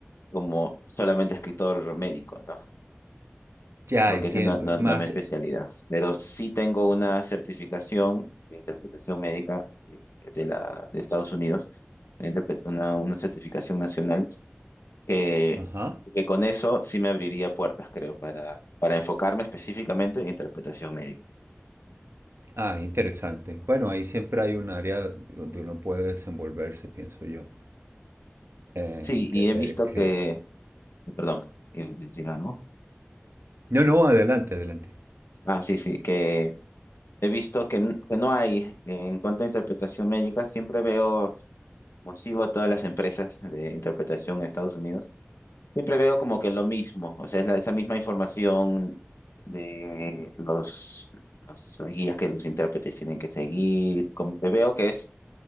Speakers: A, on the left; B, on the right.
A: como solamente escritor médico, ¿no?
B: ya
A: porque
B: entiendo.
A: esa no, no,
B: Es
A: no
B: más,
A: es mi especialidad. Pero sí tengo una certificación de interpretación médica eh, de, la, de Estados Unidos, una, interpre- una una certificación nacional, que,
B: ajá.
A: que con eso sí me abriría puertas, creo, para, para enfocarme específicamente en interpretación médica.
B: Ah, interesante. Bueno, ahí siempre hay un área donde uno puede desenvolverse, pienso yo. Eh,
A: Sí, y
B: que, eh,
A: he visto
B: que-
A: que, perdón, iba a decir algo.
B: No, no, adelante, adelante.
A: Ah, sí, sí, que he visto que, n- que no hay, en cuanto a interpretación médica, siempre veo, consigo a todas las empresas de interpretación en Estados Unidos Siempre veo como que lo mismo, o sea, es la- esa misma información de los, los las guías que los intérpretes tienen que seguir, como que veo que es,